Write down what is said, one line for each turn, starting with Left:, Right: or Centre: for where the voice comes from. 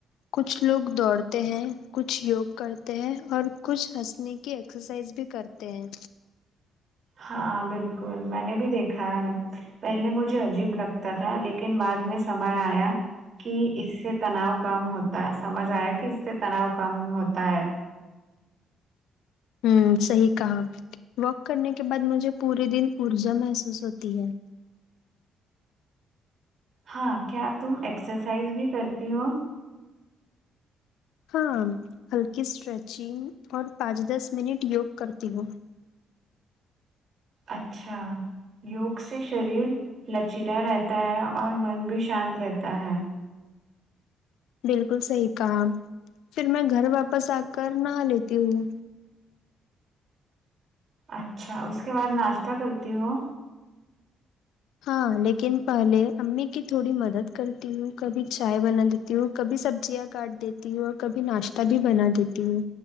Left: کچھ لوگ دوڑتے ہیں کچھ یوگ کرتے ہیں اور کچھ ہنسنے کی ایکسرسائز بھی کرتے ہیں
Right: ہاں بالکل میں نے بھی دیکھا ہے پہلے مجھے عجیب لگتا تھا لیکن بعد میں سمے آیا کہ اس سے تناؤ کم ہوتا ہے سمجھ آیا کہ اس سے تناؤ کم ہوتا ہے
Left: ہوں صحیح کہا واک کرنے کے بعد مجھے پورے دن پرجہ محسوس ہوتی ہے
Right: ہاں کیا تم ایکسرسائز بھی کرتی ہو
Left: ہاں ہلکی اسٹریچنگ اور پانچ دس منٹ یوگ کرتی ہوں
Right: اچھا یوگ سے شریر لچیرا رہتا ہے اور من بھی شانت رہتا ہے
Left: بالکل صحیح کہا پھر میں گھر واپس آ کر نہا لیتی ہوں
Right: اچھا اس کے بعد ناشتہ کرتی ہو
Left: ہاں لیکن پہلے امی کی تھوڑی مدد کرتی ہوں کبھی چائے بنا دی تی ہوں کبھی سبزیاں کاٹ دیتی ہوں اور کبھی ناشتہ بھی بنا دیتی ہوں